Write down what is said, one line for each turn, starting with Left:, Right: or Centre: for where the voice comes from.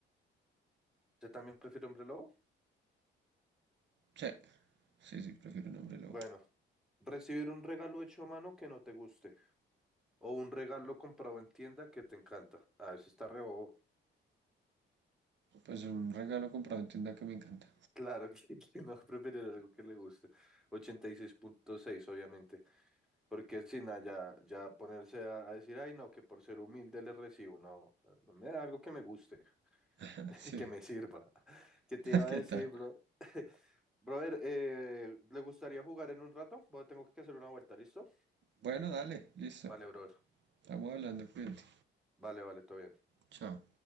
Centre: ¿Usted también prefiere hombre lobo?
Right: Sí, sí, sí, prefiero un hombre lobo.
Centre: Bueno, recibir un regalo hecho a mano que no te guste. O un regalo comprado en tienda que te encanta. A veces está re bobo.
Right: Pues un regalo comprado en tienda que me encanta.
Centre: Claro <laughs> que, que no va a preferir algo que le guste. ochenta y seis punto seis obviamente. Porque si nada, ya, ya ponerse a, a decir, ay, no, que por ser humilde le recibo. No, no no me da algo que me guste,
Right: <laughs>
Centre: <laughs>
Right: Sí,
Centre: que me sirva. <laughs> ¿Qué te iba
Right: <laughs> ¿qué
Centre: a decir,
Right: tal?
Centre: bro? <laughs> Brother, eh, ¿le gustaría jugar en un rato? Bueno, tengo que hacer una vuelta, ¿listo?
Right: Bueno, dale, listo.
Centre: Vale, brother.
Right: Estamos hablando, cuídate.
Centre: Vale, vale, todo bien.
Right: Chao.